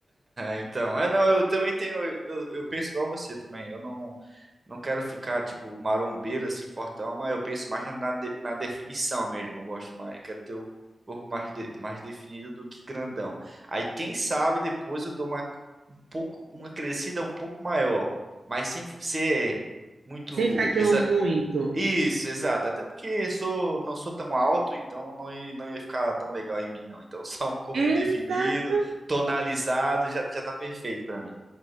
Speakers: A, on the right; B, on the right.
A: Então, é, não, eu também tenho, eu, eu penso igual você também. Eu não Não quero ficar, tipo, marombeiro, assim, fortão, mas eu penso mais na, na, de- na definição mesmo. Eu gosto mais, eu quero ter o corpo mais, de- mais definido do que grandão. Aí, quem sabe, depois eu dou uma, um pouco, uma crescida um pouco maior, mas sem ser muito...
B: Sem ficar aquilo
A: exa-
B: muito.
A: Isso, exato. Até porque eu sou, não sou tão alto, então não ia, não ia ficar tão legal em mim, não. Então, <laughs> só um corpo
B: Exatamente.
A: definido, tonalizado, já, já tá perfeito pra mim.